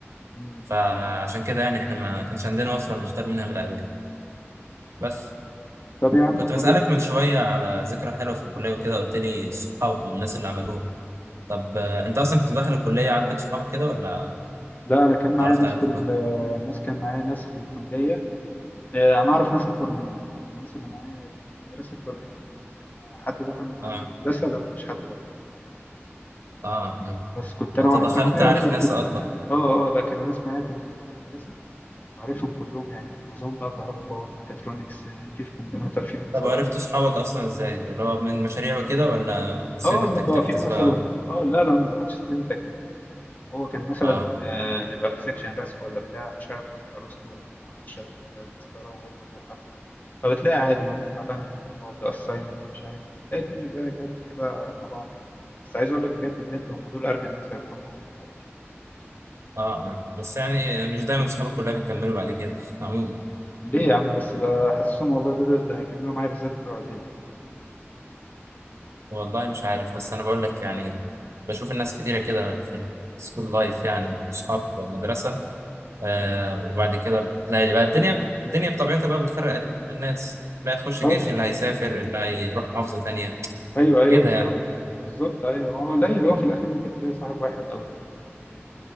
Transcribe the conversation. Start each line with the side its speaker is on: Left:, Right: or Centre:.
Left: مم.
Right: فعشان كده يعني احنا ما كانش عندنا وفره نختار منها من الالوان بس
Left: طب يا عم
Right: كنت
Left: كويس
Right: بسالك من شويه على ذكرى حلوه في الكليه وكده قلت لي الصحاب والناس اللي عملوها طب آه، انت اصلا كنت داخل الكليه عندك صحاب كده ولا
Left: لا انا كان معايا
Right: اتعرفت
Left: ناس
Right: عليهم
Left: في
Right: كلهم
Left: ال- ناس كان معايا ناس في الكليه آه، انا اعرف ناس اكبر مني يعني الناس اللي معايا كانوا في المدرسه اكبر مني كلهم كان حد دخل من عندي
Right: اه
Left: هندسه لا مفيش حد دخل
Right: اه يعني
Left: بس كنت انا
Right: انت
Left: واحد
Right: دخلت
Left: صاحبي
Right: عارف
Left: وصاحبي
Right: ناس
Left: ده
Right: اكبر
Left: اه اه لكن الناس معايا في المدرسه وعارفهم كلهم يعني معظمهم بقى كهرباء باور ميكاترونكس آه، في في كمبيوتر في في اتصالات
Right: طب عرفت اصحابك اصلا ازاي اللي هو من مشاريع وكده ولا student
Left: اه نبقى
Right: activities
Left: واقفين مثلا
Right: بقى و...
Left: اه لا لا ما دخلتش ستودنت اكتيفيتي هو كان مثلا
Right: اه
Left: آه، نبقى في سيكشن رسم ولا بتاع مش عارف هات ارسطو هات ما اعرفش هات آه، مسطره هات لوحه فبتلاقي عادي وانا تعبان ناكل مع بعض assignment مش عارف ايه تلاقي الدنيا جا- جت كده عرفنا بعض يعني بس عايز اقول لك بجد بجد هم دول ارجل ناس عرفتهم لحد دلوقتي
Right: اه اه بس يعني
Left: يعني
Right: مش دايما اصحاب الكليه بيكملوا بعد كده <laughs> عموما
Left: ليه يا عم بس ده حاسسهم والله دول اللي هيكملوا معايا بالذات بتوع اعدادي
Right: والله مش عارف بس انا بقول لك يعني بشوف الناس كتيره كده في السكول لايف يعني اصحاب مدرسه آه وبعد كده بتلاقي بقى الدنيا الدنيا بطبيعتها بقى بتفرق ال- الناس اللي هيخش
Left: اه
Right: جيش اللي هيسافر اللي هيروح محافظه تانيه
Left: ايوه ايوه
Right: كده
Left: بالظبط
Right: يعني
Left: بالظبط ايوه هو قليل هو في الاخر ممكن تلاقي صاحب واحد او اتنين كتير يعني